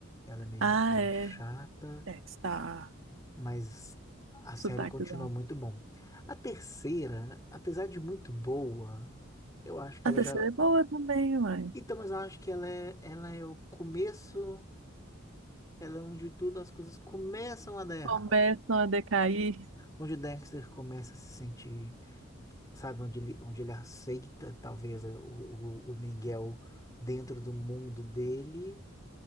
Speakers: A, on the left; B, on the right.
A: ela é meio,
B: Ah,
A: meio
B: é.
A: chata,
B: É, Está
A: mas a série
B: sotaquezão.
A: continua muito bom. A terceira, apesar de muito boa, eu acho que
B: A
A: ela
B: terceira
A: já.
B: é boa também, mãe.
A: Então, mas eu acho que ela é, ela é o começo, ela é onde tudo as coisas começam a dar errado.
B: Começam a decair.
A: Onde o Dexter começa a se sentir, sabe, onde ele, onde ele aceita, talvez, o, o, o Miguel dentro do mundo dele